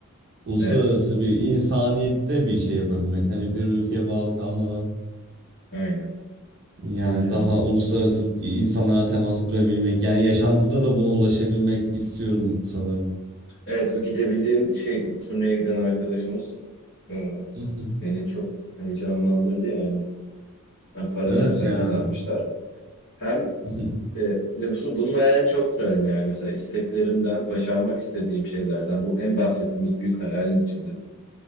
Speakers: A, on the right; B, on the left.
A: uluslararası
B: Evet.
A: bir insaniyette bir şey yapabilmek. Hani bir ülkeye bağlı kalmadan
B: Aynen.
A: yani
B: Yani
A: daha uluslararası insanlara temas kurabilmek. Yani yaşantıda da buna ulaşabilmek istiyorum sanırım.
B: evet o gidebildiğim şey turneye giden arkadaşımız e,
A: Mhm.
B: beni çok heyecanlandırdı yani. Hem para
A: Evet
B: da güzel
A: yani.
B: kazanmışlar. Hem
A: Mhm.
B: e, ve bu- bunun hayalini çok kurarım yani mesela isteklerimden, başarmak istediğim şeylerden bu en bahsettiğimiz büyük hayalin içinde